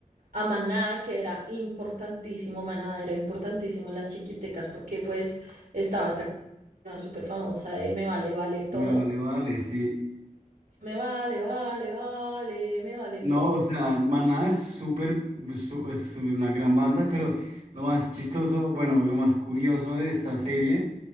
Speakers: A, on the right; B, on the right.
A: a Maná, que era importantísimo, Maná era importantísimo en las chiquitecas, porque pues estaba esta canción súper famosa de Me vale, vale todo,
B: Me valió, dale, sí.
A: me vale, vale, vale, me vale
B: No,
A: todo.
B: o sea, Maná es súper, su- es una gran banda, pero lo más chistoso, bueno, lo más curioso de esta serie,